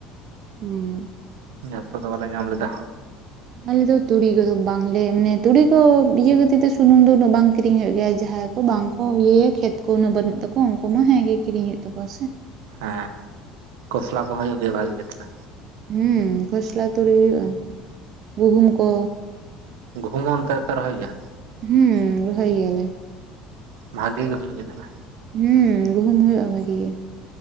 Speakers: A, on the right; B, on the right.
A: ᱦᱮᱸ
B: ᱡᱚᱛᱚ ᱫᱚ ᱵᱟᱞᱮ ᱧᱟᱢ ᱞᱮᱫᱟ
A: ᱟᱞᱮᱫᱚ ᱛᱩᱲᱤ ᱠᱚᱫᱚ ᱵᱟᱝᱞᱮ ᱢᱟᱱᱮ ᱛᱩᱲᱤ ᱠᱚ ᱤᱭᱟᱹ ᱠᱷᱟᱹᱛᱤᱨ ᱛᱮ ᱥᱩᱱᱩᱢ ᱫᱚ ᱩᱱᱟᱹᱜ ᱵᱟᱝ ᱠᱤᱨᱤᱧ ᱦᱩᱭᱩᱜ ᱜᱮᱭᱟ ᱡᱟᱦᱟᱸ ᱡᱟᱦᱟᱸ ᱠᱚ ᱵᱟᱝ ᱠᱚ ᱤᱭᱟᱹᱭᱟ ᱠᱷᱮᱛ ᱠᱚ ᱩᱱᱟᱹᱜ ᱵᱟᱹᱱᱩᱜ ᱛᱟᱠᱚᱣᱟ ᱩᱱᱠᱩ ᱢᱟ ᱦᱮᱸ ᱜᱮ ᱠᱤᱨᱤᱧ ᱦᱩᱭᱩᱜ ᱛᱟᱠᱚᱣᱟ ᱥᱮ
B: ᱦᱮᱸ ᱠᱷᱚᱥᱞᱟ ᱠᱚᱦᱚᱸ ᱡᱩᱫᱤ ᱵᱷᱟᱜᱮ ᱜᱮ ᱛᱟᱦᱚᱞᱮ
A: ᱦᱮᱸ ᱠᱷᱚᱥᱞᱟ ᱛᱩᱲᱤ ᱦᱩᱭᱩᱜ-ᱟ ᱜᱩᱦᱩᱢ ᱠᱚ
B: ᱜᱩᱦᱩᱢ ᱦᱚᱸ ᱚᱱᱛᱮᱜ ᱫᱚᱯᱮ ᱨᱚᱦᱚᱭ ᱜᱮᱭᱟ
A: ᱦᱩᱸ ᱨᱚᱦᱚᱭ ᱜᱮᱭᱟᱞᱮ
B: ᱵᱷᱟᱜᱤ ᱜᱮ ᱦᱩᱭᱩᱜ ᱜᱮ ᱛᱟᱦᱚᱞᱮ
A: ᱦᱩᱸ ᱜᱩᱦᱩᱢ ᱦᱩᱭᱩᱜ-ᱟ ᱵᱷᱟᱜᱤ ᱜᱮ